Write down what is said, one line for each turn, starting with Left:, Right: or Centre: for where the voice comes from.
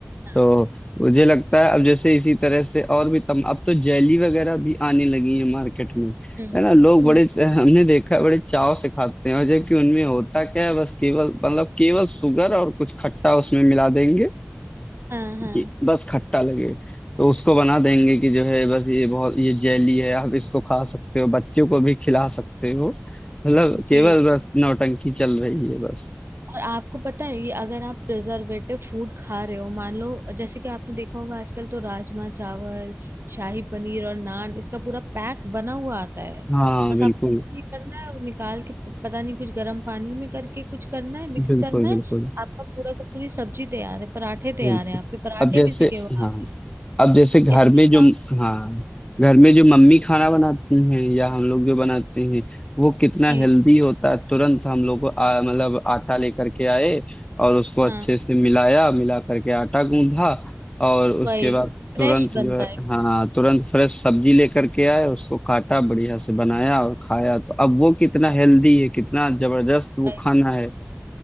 Right: हाँ
Left: तो मुझे लगता है अब जैसे इसी तरह से और भी तम अब तो जेली वगैरह भी आने लगी है मार्केट में
Right: हम्म
Left: है ना लोग
Right: हम्म,
Left: बड़े हमने देखा है, बड़े चाव से खाते हैं और जबकि उनमें होता क्या है बस केवल मतलब केवल शुगर और कुछ खट्टा उसमें मिला देंगे
Right: हाँ हाँ
Left: कि बस खट्टा लगे तो उसको बना देंगे कि जो है बस ये बहुत ये जेली है आप इसको खा सकते हो बच्चों को भी खिला सकते हो मतलब केवल
Right: जी
Left: बस नौटंकी चल रही है बस
Right: और आपको पता है ये अगर आप प्रिजर्वेटिव फूड खा रहे हो मान लो जैसे कि आपने देखा होगा आजकल तो राजमा चावल शाही पनीर और नान इसका पूरा पैक बना हुआ आता है
Left: हाँ
Right: बस
Left: बिल्कुल
Right: आपको ये करना है वो निकाल के प- पता नहीं कुछ गर्म पानी में करके कुछ करना है मिक्स
Left: बिल्कुल
Right: करना
Left: बिल्कुल
Right: है आपका पूरा का पूरी सब्जी तैयार है पराठे तैयार
Left: बिल्कुल
Right: है आपके पराठे
Left: अब जैसे
Right: भी सिके हुए
Left: हाँ
Right: हैं
Left: अब जैसे घर
Right: इसमें
Left: में
Right: क्या
Left: जो हाँ घर में जो मम्मी खाना बनाती हैं या हम लोग जो बनाते हैं वो कितना
Right: जी
Left: हेल्दी होता है तुरंत हम लोग आ, मतलब आटा लेकर के आए और उसको अच्छे
Right: हाँ
Left: से मिलाया मिला करके आटा गूंधा और उसके
Right: वही
Left: बाद
Right: फ्रेश
Left: तुरंत
Right: बनता
Left: जो है हाँ तुरंत फ्रेश सब्जी लेकर के आए उसको काटा बढ़िया से बनाया और खाया तो अब वो कितना हेल्दी है कितना जबरदस्त वो
Right: है
Left: खाना है